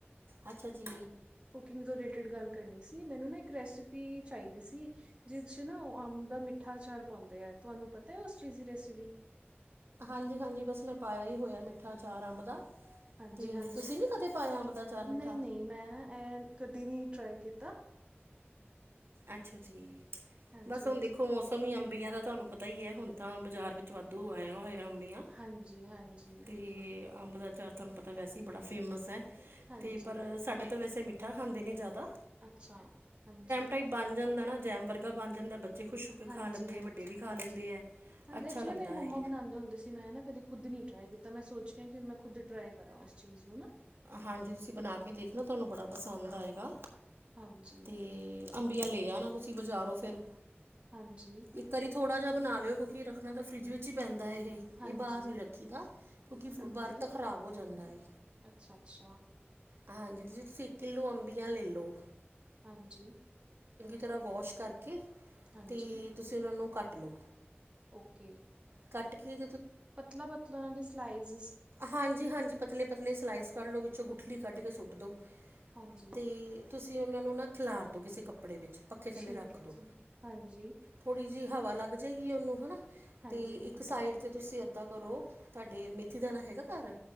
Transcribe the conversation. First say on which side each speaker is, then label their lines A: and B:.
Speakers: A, on the right; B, on the right.
A: ਅੱਛਾ ਜੀ
B: ਕੁਕਿੰਗ ਤੋਂ ਗੱਲ ਕਰਨੀ ਸੀ ਮੈਨੂੰ ਨਾ ਇੱਕ ਰੈਸਿਪੀ ਚਾਹੀਦੀ ਸੀ ਜਿਸ ਚ ਨਾ ਉਹ ਅੰਬ ਦਾ ਮਿੱਠਾ ਚਾਰ ਪਾਉਂਦੇ ਹੈ ਤੁਹਾਨੂੰ ਪਤਾ ਹੈ ਉਸ ਚੀਜ਼ ਦੀ ਰੈਸਪੀ
A: ਹਾਂਜੀ ਹਾਂਜੀ ਬਸ ਮੈਂ ਪਾਇਆ ਹੀ ਹੋਇਆ ਮਿੱਠਾ ਚਾਰ ਅੰਬ ਦਾ
B: ਹਾਂਜੀ
A: ਤੇ
B: ਹਾਂਜੀ
A: ਤੁਸੀਂ ਨੀ ਕਦੇ ਪਾਇਆ ਅੰਬ ਦਾ ਅਚਾਰ ਮਿੱਠਾ
B: ਨਹੀਂ ਨਹੀਂ ਮੈਂ ਨਾ ਇਹ ਕਦੇ ਨੀ ਟ੍ਰੈ ਕੀਤਾ
A: ਅੱਛਾ ਜੀ
B: ਹਾਂਜੀ
A: ਬਸ ਹੁਣ
B: ਹਾਂਜੀ
A: ਦੇਖੋ ਮੌਸਮ ਹੀ ਅੰ ਇਹ ਤਾਂ ਤੁਹਾਨੂੰ ਪਤਾ ਹੀ ਹੈ ਹੁਣ ਤਾਂ ਬਾਜ਼ਾਰ ਵਿੱਚ ਵਾਧੂ ਆਇਆ ਹੋਇਆ ਅੰਬੀਆਂ
B: ਹਾਂਜੀ ਹਾਂਜੀ
A: ਤੇ ਅੰਬ ਦਾ ਚਾਰ ਤੁਹਾਨੂੰ ਪਤਾ ਵੈਸੇ ਹੀ ਬੜਾ ਫੇਮਸ ਹੈ ਅਤੇ
B: ਹਾਂਜੀ
A: ਪਰ ਸਾਡੇ ਤੋਂ ਵੈਸੇ ਮਿੱਠਾ ਖਾਂਦੇ ਨੇ ਜ਼ਿਆਦਾ
B: ਅੱਛਾ ਹਾਂਜੀ
A: ਟਾਈ ਬਣ ਜਾਂਦਾ ਨਾ ਜੈਮ ਵਰਗਾ ਬਣ ਜਾਂਦਾ ਬੱਚੇ ਖੁਸ਼ ਹੋ ਕੇ ਖਾ
B: ਹਾਂਜੀ
A: ਲੈਂਦੇ
B: ਹਾਂਜੀ
A: ਆ ਵੱਡੇ ਵੀ ਖਾ
B: ਹਾਂਜੀ
A: ਲੈਂਦੇ ਹੈ
B: ਹਾਂਜੀ
A: ਅੱਛਾ
B: ਐਕਚੁਲੀ
A: ਲੱਗਦਾ
B: ਮੇਰੀ
A: ਹੈ
B: ਮੰਮਾ ਬਣਾਉਦੇੁੰ ਸੀ ਮੈਂ ਨਾ ਕਦੀ ਖੁਦ ਨੀ ਟਰਾਈ ਕੀਤਾ ਮੈਂ ਸੋਚ ਮੈਂ ਖੁਦ ਟਰਾਈ ਕਰਾਂ ਚੀਜ਼ ਨੂੰ ਨਾ
A: ਹਾਂਜੀ ਤੁਸੀਂ ਬਣਾ ਕੇ ਦੇਖਣਾ ਤੁਹਾਨੂੰ ਬੜਾ ਪਸੰਦ ਆਏਗਾ
B: ਹਾਂਜੀ
A: ਤੇ ਅੰਬੀਆਂ ਲੈ ਆਨਾ ਤੁਸੀਂ ਬਾਜ਼ਾਰੋ ਫੇਿਰ
B: ਹਾਂਜੀ
A: ਇੱਕ ਵਾਰੀ ਥੋੜਾ ਜਿਹਾ ਬਣਾ ਲਿਓ ਕਿਉਂਕਿ ਰੱਖਣਾ ਤਾਂ ਫਰਿੱਜ ਵਿੱਚ ਹੀ ਪੈਂਦਾ ਇਹ
B: ਹਾਂਜੀ
A: ਬਾਹਰ ਨੀ ਰੱਖੀ ਦਾ ਕਿਉਂਕਿ
B: ਓਕੇ
A: ਬਾਹਰ ਤਾਂ ਖ਼ਰਾਬ ਹੋ ਜਾਂਦਾ ਹੈ
B: ਅੱਛਾ ਅੱਛਾ
A: ਹਾਂਜੀ ਤੁਸੀਂ ਤੁਸੀਂ ਕਿੱਲੋ ਅੰਬੀਆਂ ਲੈਲਓ
B: ਹਾਂਜੀ
A: ਤਰ੍ਹਾਂ ਵਾਸ਼ ਕਰਕੇ
B: ਹਾਂਜੀ
A: ਤੇ ਤੁਸੀਂ ਉਹਨਾਂ ਨੂੰ ਕੱਟ ਲਓ
B: ਓਕੇ
A: ਕੱਟ ਕੇ
B: ਪਤਲਾ ਪਤਲਾ ਦੇ ਸਲਾਈਜ਼
A: ਹਾਂਜੀ ਹਾਂਜੀ ਪਤਲੇ ਪਤਲੇ ਸਲਾਈਸ ਕੱਢ ਲੋ ਵਿੱਚੋਂ ਗੁਠਲੀ ਕੱਢ ਕੇ ਸੁੱਟ ਦੋ
B: ਹਾਂਜੀ
A: ਤੇ ਤੁਸੀਂ ਉਹਨਾਂ ਨੂੰ ਨਾ ਖਿਲਾਰ ਦੋ ਕਿਸੇ ਕੱਪੜੇ ਵਿੱਚ ਪੱਖੇ
B: ਠੀਕ
A: ਥੱਲੇ ਰੱਖ
B: ਹੈ
A: ਦੋ।
B: ਜੀ ਹਾਂਜੀ
A: ਥੋੜ੍ਹੀ ਜਿਹੀ ਹਵਾ ਲੱਗ ਜਾਏਗੀ ਉਹਨੂੰ ਹਨਾ
B: ਹਾਂਜੀ
A: ਤੇ
B: ਹਾਂਜੀ
A: ਇੱਕ ਸਾਈਡ ਤੇ ਤੁਸੀਂ ਅੱਧਾਂ ਕਰੋ ਤੁਹਾਡੇ ਮੇਥੀ ਦਾਾਨ ਹੈਗਾ ਘਰ